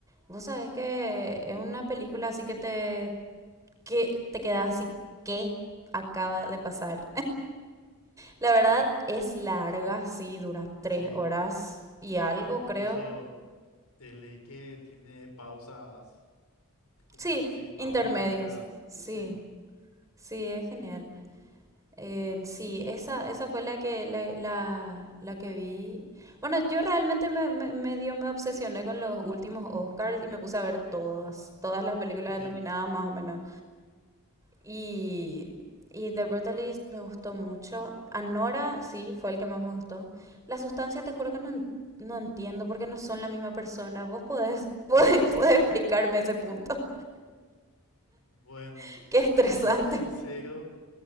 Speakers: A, on the right; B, on the left.
A: Vos sabés que es una película así que te. que te quedas así. ¿Qué acaba de pasar? La verdad es larga, sí, dura tres
B: Sí,
A: horas y algo,
B: incluso
A: creo.
B: eh, leí que tiene pausas, como,
A: Sí,
B: sí, pausas
A: intermedias.
B: para que puedas.
A: Sí,
B: Sí,
A: sí, es genial. Eh, sí, esa, esa fue la que, la, la, la que vi. Bueno, yo realmente me, me, me dio, me obsesioné con los últimos Oscars y me puse a ver todas, todas las películas
B: sí.
A: nominadas más o menos. Y, y The Brutalist me gustó mucho. Anora, sí, fue el que más me gustó. La sustancia, te juro que no, en- no entiendo porque no son la misma persona. Vos podés, <laughs> podés, podés explicarme ese punto.
B: Bueno,
A: <laughs> Qué estresante.
B: si te soy sincero,